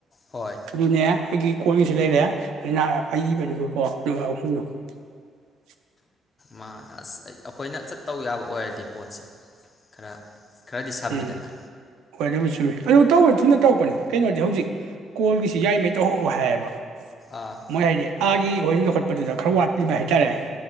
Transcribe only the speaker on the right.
ꯑꯗꯨꯅꯦ <unintelligible>
<unintelligible>
ꯑꯗꯨ ꯇꯧꯔꯦ ꯊꯨꯅ ꯇꯧꯔꯛꯄꯅꯤ ꯀꯩꯅꯣꯗꯤ ꯍꯧꯖꯤꯛ ꯀꯣꯜꯒꯤꯁꯤ ꯌꯥꯏꯔꯤ ꯃꯈꯩ ꯇꯧꯔꯛꯑꯣ ꯍꯥꯏꯌꯦꯕ
ꯃꯣꯏ ꯍꯥꯏꯗꯤ ꯑꯥꯒꯤ ꯍꯣꯏꯒꯤ ꯂꯧꯈꯠꯄꯗꯨꯗ ꯈꯔ ꯋꯥꯠꯂꯤꯕ ꯍꯥꯏꯇꯥꯔꯦ